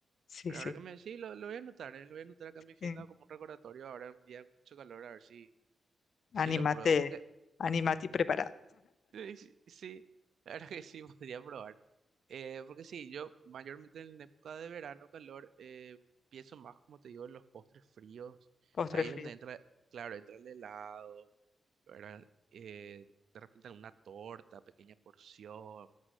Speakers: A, on the left; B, on the right.
A: sí,
B: Pero
A: sí,
B: ahora que me decís, lo, lo voy a anotar, eh, Lo voy a anotar acá en mi agenda
A: sí.
B: como un recordatorio ahora un día con mucho calor, a ver si, si
A: Anímate,
B: lo pruebo. Porque
A: anímate y prepara
B: Eh, Sí, sí, la verdad que sí, <laughs> podría probar. Eh, porque sí, yo mayormente en la época de verano, calor, eh, pienso más, como te digo, en los postres fríos.
A: postre
B: Ahí
A: frío.
B: es donde entra, claro, entra el helado, ¿verdad? Eh, de repente alguna torta, pequeña porción,